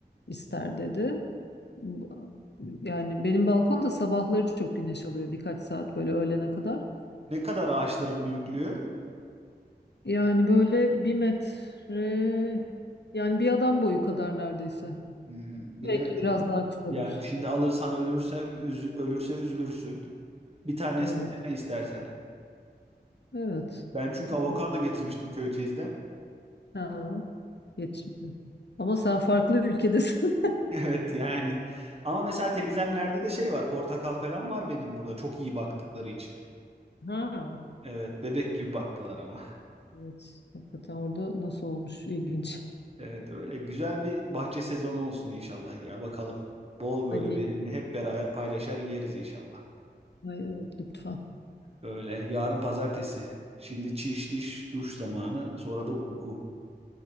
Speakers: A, on the left; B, on the right.
A: ister dedi. Bu- Yani benim balkon da sabahları çok güneş alıyor birkaç saat böyle öğlene kadar.
B: Ne kadar ağaçların büyüklüğü?
A: Yani böyle bir metre yani bir adam boyu kadar neredeyse.
B: Hmm,
A: Belki
B: bilemedim.
A: biraz daha kısadır.
B: Yani şimdi alırsan ölürsen üzü- ölürse üzülürsün. Bir tanesini
A: Evet.
B: dene istersen.
A: Evet.
B: Ben çünkü
A: Bir tane.
B: avokado getirmiştim Köyceğiz'den.
A: Ha. Yetişmedi. Ama sen farklı ülkedesin.
B: Evet yani. Ama mesela teyzemlerde de şey var. Portakal falan var benim burada. Çok iyi baktıkları için.
A: <laughs> Ha.
B: Evet bebek gibi baktılar ama.
A: Evet. Hakikaten orada nasıl olmuş? İlginç.
B: Evet öyle güzel bir bahçe sezonu olsun inşallah ya bakalım. Bol böyle
A: Hadi.
B: verimli hep beraber paylaşar yeriz inşallah.
A: Ay, evet lütfen.
B: Öyle yarın pazartesi. Şimdi çiş diş duş zamanı sonra da uyku.